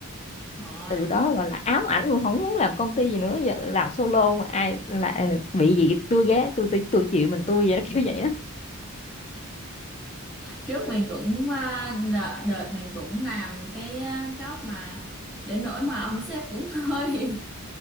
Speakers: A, in the centre; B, on the left.
A: rồi
B: từ đó gọi là ám ảnh luôn không muốn làm công ty gì nữa giờ làm solo mà ai là bị gì tôi ghé tôi tôi tôi chịu mình tôi vậy đó kiểu vậy đó
A: trước mình cũng à, đợ- đợt mình cũng làm cái à, job mà đến nỗi mà ông sếp cũng <laughs> hơi